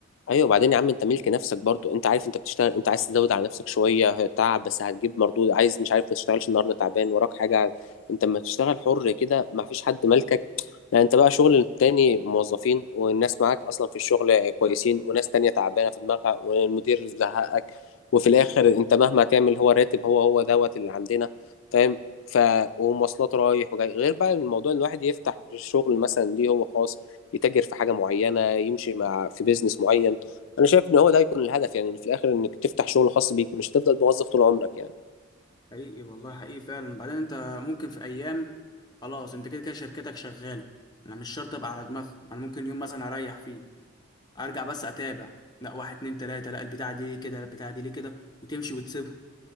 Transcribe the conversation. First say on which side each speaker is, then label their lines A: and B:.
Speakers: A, on the left (about 75°); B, on the left (about 20°).
A: ايوه وبعدين يا عم انت ملك نفسك برضو انت عارف انت بتشتغل انت عايز تزود على نفسك شويه تعب بس هتجيب مردود عايز مش عارف ما تشتغلش النهارده تعبان وراك حاجه انت لما تشتغل حر كده ما فيش حد مالكك لا انت بقى شغل التاني موظفين والناس معاك اصلا في الشغل كويسين وناس تانية تعبانه في دماغها والمدير زهقك وفي الاخر انت مهما تعمل هو راتب هو هو دوت اللي عندنا فاهم ف ومواصلات رايح وجاي غير بقى الموضوع ان الواحد يفتح شغل مثلا ليه هو خاص يتاجر في حاجه معينه يمشي مع في بيزنس معين انا شايف ان هو ده هيكون الهدف يعني في الاخر انك تفتح شغل خاص بيك مش هتفضل موظف طول عمرك يعني
B: حقيقي والله حقيقي فعلا وبعدين انت ممكن في ايام خلاص انت كده كده شركتك شغاله انا مش شرط ابقى على دماغهم انا ممكن يوم مثلا اريح فيه ارجع بس اتابع لا واحد اتنين تلاته لا البتاعه دي ليه كده لا البتاعه دي ليه كده وتمشي وتسيبهم